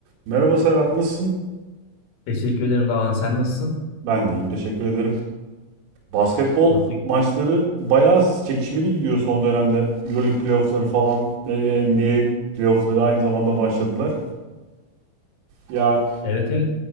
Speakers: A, on the right; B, on the left.
A: Merhaba Serhat, nasılsın?
B: Teşekkür ederim Dağhan. Sen nasılsın?
A: Ben de iyiyim, teşekkür ederim. Basketbol
B: Nasıl?
A: maçları bayağı çekişmeli gidiyor son dönemde. EuroLeague playoffları falan ve NBA playoffları aynı zamanda başladılar. Ya
B: Evet evet.